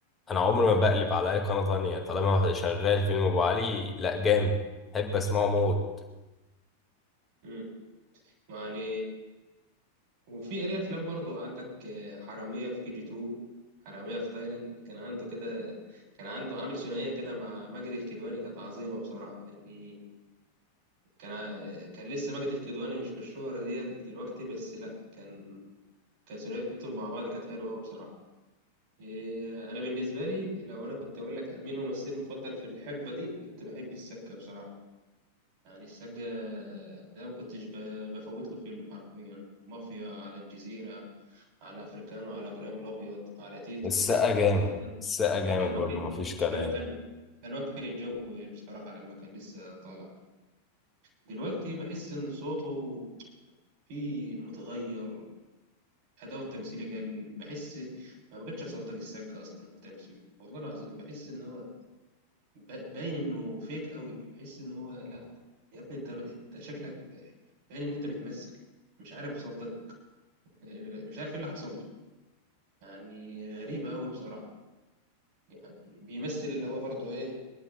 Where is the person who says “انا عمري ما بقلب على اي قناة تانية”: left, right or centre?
Left